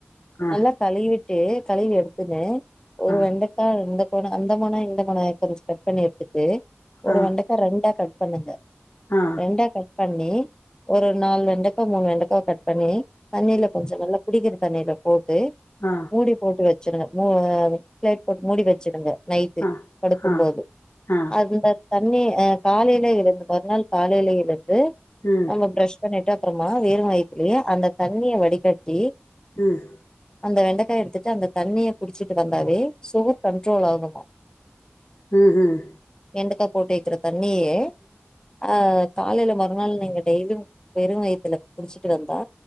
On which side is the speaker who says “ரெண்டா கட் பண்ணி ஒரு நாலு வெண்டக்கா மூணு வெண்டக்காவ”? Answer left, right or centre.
Left